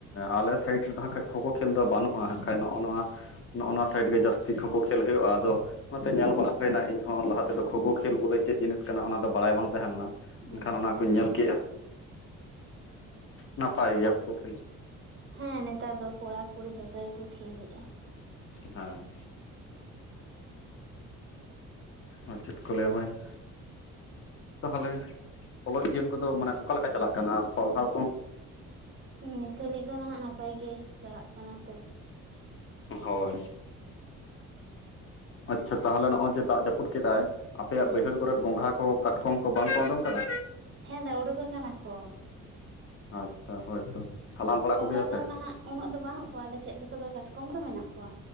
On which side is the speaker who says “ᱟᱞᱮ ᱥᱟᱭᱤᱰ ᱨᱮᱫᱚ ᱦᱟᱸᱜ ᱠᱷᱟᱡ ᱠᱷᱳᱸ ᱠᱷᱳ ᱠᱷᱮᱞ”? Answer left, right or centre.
Left